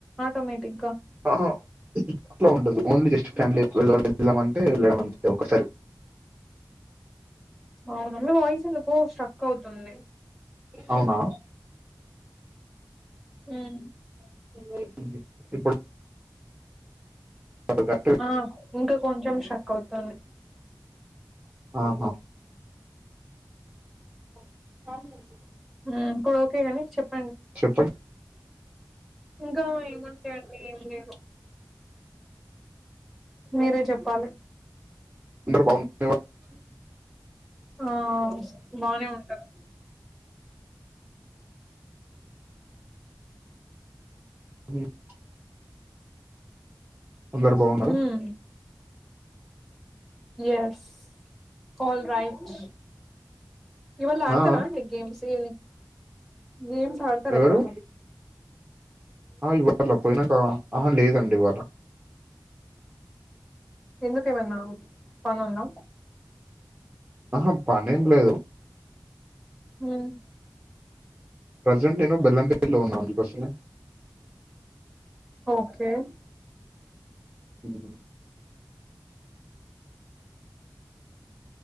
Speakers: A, in the centre; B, on the right.
A: ఆటోమేటిక్ గా
B: ఆహా! అట్లా ఉంటదు ఓన్లీ జస్ట్ ఫ్యామిలీ వెళ్దామా అంటే వెళ్ళడం అంతే ఒకసారి
A: అవునా మీ వాయిస్ ఎందుకు స్ట్రక్ అవుతుంది
B: అవునా
A: ఉమ్
B: <unintelligible> కరెక్ట్
A: ఆ ఇంకా కొంచెం స్ట్రక్ అవుతుంది
B: ఆహా <unintelligible>
A: ఉమ్ ఇప్పుడు ఓకేగాని చెప్
B: చెప్పండి
A: ఇంకా ఏముంటయండి ఏం లేదు మీరే చెప్పాలి
B: అందరు బాగు <unintelligible>
A: ఆ బానే ఉంటారు
B: ఉమ్ అందరు బాగున్నారు
A: ఉమ్ ఎస్ ఆల్ రైట్ ఇవల ఆడతారా
B: ఆ
A: గేమ్స్ ఏ గేమ్స్ ఆడతార
B: ఎవరు
A: ఇవాళ్ళ
B: ఆ ఇవళ పోయినాక ఆహ లేదండి ఇవాళ
A: ఎందుకుఎమన్నా పనుందా
B: ఆహ పని ఏం లేదు
A: మ్మ్
B: ప్రజెంట్ నేను బెల్లంపల్లి లో ఉన్నా అందుకోసమే
A: ఓకే
B: ఉమ్